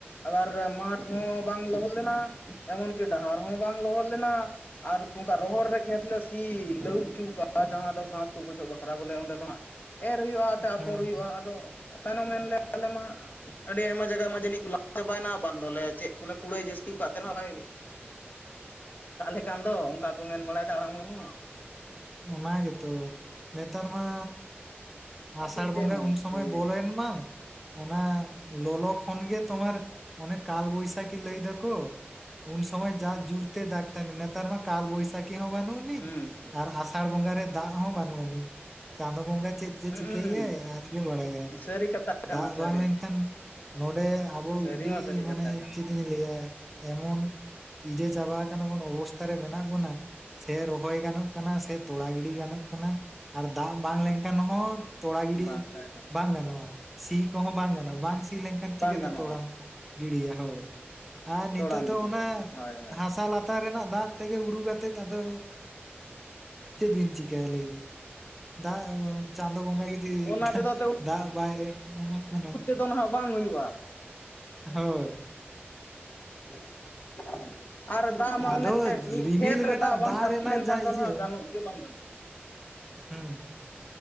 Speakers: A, on the left; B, in the centre.
A: ᱟᱵᱟᱨ ᱢᱟᱴᱷ ᱦᱚᱸ ᱵᱟᱝ ᱞᱚᱦᱚᱫ ᱞᱮᱱᱟ ᱮᱢᱚᱱ ᱠᱤ ᱰᱟᱦᱟᱨ ᱦᱚᱸ ᱵᱟᱝ ᱞᱚᱦᱚᱫ ᱞᱮᱱᱟ᱾ ᱟᱨ ᱱᱚᱝᱠᱟ ᱨᱚᱦᱚᱲ ᱨᱮ ᱠᱷᱮᱛ ᱞᱮ ᱥᱤ ᱞᱟᱹᱦᱩᱫ ᱩᱪᱩᱣ ᱠᱟᱜᱼᱟ ᱡᱟᱦᱟᱸ ᱫᱚ ᱜᱷᱟᱸᱥ ᱠᱚ ᱜᱚᱡᱚᱜ ᱵᱟᱠᱷᱨᱟ ᱵᱚᱞᱮ ᱚᱸᱰᱮ ᱫᱚ ᱦᱟᱸᱜ ᱮᱨ ᱦᱩᱭᱩᱜᱼᱟ ᱮᱛᱮ ᱟᱯᱷᱚᱨ
B: ᱦᱩᱸ
A: ᱦᱩᱭᱩᱜᱼᱟ ᱟᱫᱚ ᱛᱟᱭᱱᱚᱢᱮᱱ ᱞᱮ ᱟᱞᱮ ᱢᱟ᱾ ᱟᱹᱰᱤ ᱟᱭᱢᱟ ᱡᱟᱭᱜᱟ ᱢᱟ ᱡᱟᱹᱱᱤᱡ ᱠᱚ ᱞᱟᱦᱟᱸ ᱪᱟᱵᱟᱭᱮᱱᱟ ᱵᱟᱝ ᱫᱚᱞᱮ ᱪᱮᱫ ᱠᱚᱞᱮ ᱠᱩᱲᱟᱹᱭ ᱡᱟᱹᱥᱛᱤᱣ ᱠᱟᱜ ᱛᱟᱦᱮᱱᱟ, ᱵᱟᱭ ᱫᱟᱜ ᱟᱞᱮᱠᱟᱱ ᱫᱚ ᱚᱱᱠᱟ ᱠᱚ ᱢᱮᱱ ᱵᱟᱲᱟᱭᱮᱫᱟ ᱦᱟᱲᱟᱢ ᱦᱚᱲ ᱦᱚᱸ᱾
B: ᱚᱱᱟ ᱜᱮᱛᱚ᱾ ᱱᱮᱛᱟᱨ ᱢᱟ
A: ᱟᱹᱰᱤ
B: ᱟᱥᱟᱲ
A: ᱛᱮᱫ
B: ᱵᱚᱸᱜᱟ
A: ᱢᱩᱥᱠᱤᱞ
B: ᱩᱱ ᱥᱚᱢᱚᱭ ᱵᱚᱞᱚᱭᱮᱱ ᱢᱟ ᱚᱱᱟ ᱞᱚᱞᱚ ᱠᱷᱚᱱ ᱜᱮ ᱛᱚᱢᱟᱨ ᱚᱱᱮ ᱠᱟᱞ ᱵᱟᱹᱭᱥᱟᱠᱤ ᱞᱟᱹᱭ ᱫᱟᱠᱚ ᱩᱱ ᱥᱚᱢᱚᱭ ᱡᱟ ᱡᱩᱨᱛᱮ ᱫᱟᱠ ᱛᱟᱦᱮᱸᱱᱮ, ᱱᱮᱛᱟᱨ ᱢᱟ ᱠᱟᱞ ᱵᱟᱹᱭᱥᱟᱠᱤ ᱦᱚᱸ ᱵᱟᱹᱱᱩᱜ-ᱟᱱᱤᱡ᱾
A: ᱦᱩᱸ
B: ᱟᱨ ᱟᱥᱟᱲ ᱵᱚᱸᱜᱟ ᱨᱮ ᱫᱟᱜ ᱦᱚᱸ ᱵᱟᱹᱱᱩᱜ ᱟᱹᱱᱤᱡ᱾ ᱪᱟᱸᱫᱳ ᱵᱚᱸᱜᱟ ᱪᱮᱫ ᱡᱮ
A: ᱦᱩᱸ
B: ᱪᱤᱠᱟᱹᱭᱮᱜ-ᱟᱭ
A: ᱦᱩᱸ
B: ᱟᱡᱜᱮᱭ ᱵᱟᱰᱟᱭᱟᱭ᱾
A: ᱥᱟᱹᱨᱤ ᱠᱟᱛᱷᱟ ᱠᱟᱱᱟ
B: ᱫᱟᱜ
A: ᱥᱟᱹᱨᱤ
B: ᱵᱟᱝ ᱞᱮᱱᱠᱷᱟᱱ ᱱᱚᱸᱰᱮ ᱟᱵᱚ
A: ᱥᱟᱹᱨᱤ
B: ᱩᱰᱤ
A: ᱢᱟ ᱥᱟᱹᱨᱤ ᱠᱟᱛᱷᱟ
B: ᱢᱟᱱᱮ
A: ᱠᱟᱱ
B: ᱪᱮᱫ ᱤᱧᱤᱧ ᱞᱟᱹᱭᱟᱭ ᱮᱢᱚᱱ ᱵᱤᱡᱮ ᱪᱟᱵᱟ ᱟᱠᱟᱱᱟ ᱵᱚᱱ ᱚᱵᱚᱥᱛᱷᱟ ᱨᱮ ᱢᱮᱱᱟᱜ ᱵᱚᱱᱟ ᱥᱮ ᱨᱚᱦᱚᱭ ᱜᱟᱱᱚᱜ ᱠᱟᱱᱟ ᱥᱮ ᱛᱚᱲᱟ ᱜᱤᱰᱤ ᱜᱟᱱᱚᱜ ᱠᱟᱱᱟ ᱟᱨ ᱫᱟᱜ ᱵᱟᱝ ᱞᱮᱱᱠᱷᱟᱱ ᱦᱚᱸ ᱛᱚᱲᱟ
A: ᱵᱟᱝᱠᱷᱟᱡ
B: ᱜᱤᱲᱤ
A: ᱫᱚ
B: ᱵᱟᱝ ᱜᱟᱱᱚᱜᱼᱟ, ᱥᱤ ᱠᱚᱦᱚᱸ ᱵᱟᱝ ᱜᱟᱱᱚᱜᱼᱟ ᱵᱟᱝ ᱥᱤ ᱞᱮᱱᱠᱷᱟᱱ ᱪᱤᱠᱟᱹᱛᱮ
A: ᱵᱟᱝ ᱜᱟᱱᱚᱜᱼᱟ
B: ᱛᱚᱲᱟᱢ ᱜᱤᱲᱤᱭᱟ ᱦᱳᱭ ᱟᱨ
A: ᱛᱚᱲᱟᱢ
B: ᱱᱤᱛᱚᱜ ᱫᱚ
A: ᱜᱤᱰᱤᱭᱟ
B: ᱚᱱᱟ
A: ᱦᱳᱭ ᱦᱳᱭ
B: ᱦᱟᱥᱟ ᱞᱟᱛ ᱛᱟᱨ ᱨᱮᱱᱟᱜ ᱫᱟᱜ ᱛᱮᱜᱮ ᱩᱰᱩᱜ ᱟᱛᱮᱛ ᱟᱫᱚ ᱪᱮᱫ ᱵᱤᱱ ᱪᱤᱠᱟᱹᱭᱟ ᱞᱟᱹᱭ ᱵᱤᱱ? ᱫᱟᱜ ᱜᱚ ᱪᱟᱸᱫᱳ ᱵᱚᱸᱜᱟ ᱡᱩᱫᱤ ᱦᱚᱸ
A: ᱚᱱᱟ ᱛᱮᱫᱚ
B: ᱫᱟᱜ ᱵᱟᱭ ᱮᱢᱚᱜ ᱠᱟᱱᱟ
A: ᱫᱚ ᱱᱟᱦᱟᱜ ᱵᱟᱝ ᱦᱩᱭᱩᱜᱼᱟ᱾
B: ᱦᱳᱭ᱾
A: <inaudible> ᱟᱨ ᱫᱟᱜ
B: ᱟᱫᱚ
A: ᱢᱟ ᱚᱱᱮ ᱢᱤᱫ
B: ᱨᱤᱢᱤᱞ
A: ᱠᱷᱮᱛ
B: ᱨᱮᱱᱟᱜ
A: ᱨᱮ ᱫᱟᱜ ᱵᱟᱝ ᱡᱟᱹᱯᱤ
B: ᱨᱮᱱᱟᱜ
A: ᱞᱮᱱᱠᱷᱟᱱ
B: ᱡᱟ ᱤᱭᱟᱹ
A: ᱫᱚ ᱱᱟᱦᱥᱜ ᱜᱟᱱᱚᱜᱼᱟ᱾ ᱪᱮᱫ ᱵᱟᱝ ᱜᱟᱱᱚᱼᱟ? <inaudible>
B: ᱦᱩᱸ